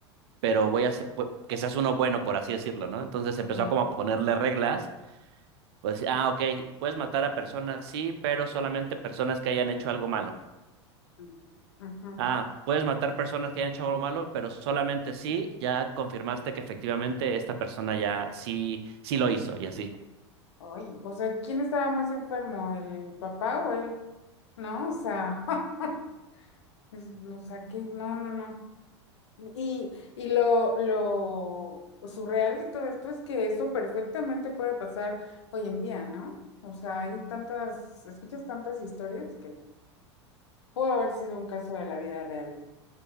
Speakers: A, on the right; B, on the left.
A: pero voy a hacer- que seas uno bueno, por así decirlo, ¿no? Entonces empezó
B: Mm.
A: a como a ponerle reglas pues, ah, ok, puedes matar a personas, sí, pero solamente personas que hayan hecho algo malo.
B: <laughs> Ujú.
A: Ah, puedes matar personas que hayan hecho algo malo, pero solamente si ya confirmaste que efectivamente esta persona ya sí, sí lo hizo y así.
B: Ay, o sea, ¿quién estaba más enfermo, el papá o él? No, o sea, <laughs> es- o sea, que no, no, no. Y, y lo, lo surreal de todo esto es que eso perfectamente puede pasar hoy en día, ¿no? O sea, hay tantas, escuchas tantas historias que pudo haber sido un caso de la vida real.